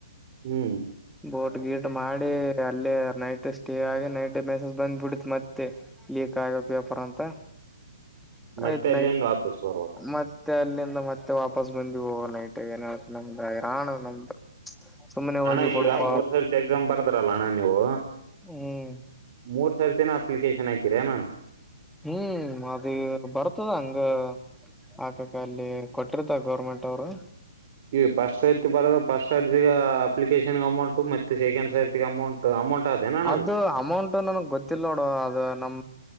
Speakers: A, on the right; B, in the centre.
A: ಹ್ಮ್
B: ಕೋರ್ಟ್ ಗೀಟ್ ಮಾಡಿ ಅಲ್ಲೇ ನೈಟ್ ಸ್ಟೇ ಆಗಿನೈಟ್ ಮೆಸೇಸ್ ಬಂದ್ ಬಿಡತ್ ಮತ್ತೆ ಪೇಪರ್ ಅಂತ
A: ಮತ್ತೆ
B: ಆಯ್ತ್ ನ
A: ಅಲ್ಲಿಂದ ವಾಪಸ್ ಬರ್ಬೇಕು
B: ಮತ್ತೆ ಅಲ್ಲಿಂದ ಮ ಮತ್ತೆ ವಾಪಸ್ ಬಂದ್ವು ಓವರ್ ನೈಟ್ ಏನ್ತ ನಮ್ದ ಇರಾಣ ನಮ್ದು ಸುಮ್ಮನೆ ಹೋಗಿ
A: ಅಣ್ಣ
B: ಬುಡಪ
A: ಈಗ ಮೂರ್ ಸರತಿ ಎಕ್ಸಾಮ್ ಬರ್ದಾರಲ್ಲ ಅಣ್ಣ ನೀವು
B: ಹ್ಮ್
A: ಮೂರ್ ಸರ್ತಿನ ಅಪ್ಲಿಕೇಶನ್ ಹಾಕಿರ ಏನಣ್ಣ
B: ಹ್ಮ್ ಅದ ಬರ್ತದ ಹಂಗ ಆಕಕ್ಕ ಅಲ್ಲಿ ಕೊಟ್ಟಿರ್ತರ ಗೌರ್ಮೆಂಟ್ ಅವರು
A: ಈ ಫಸ್ಟ್ ಸೈರ್ತಿ ಬರೋ ಫಸ್ಟ್ ಅರ್ಜಿ ಅಪ್ಲಿಕೇಶನ್ ಅಮೌಂಟ್ ಮತ್ತೆ ಸೆಕಂಡ್ ಸರ್ತಿಗೆ ಅಮೌಂಟ್ ಅಮೌಂಟ್ ಆದೇನಣ್ಣ
B: ಅದು
A: ಅದಕ್ಕೆ
B: ಅಮೌಂಟ್ ನಮಗ್ ಗೊತ್ತಿಲ್ಲ ನೋಡು ಅದು ನಮ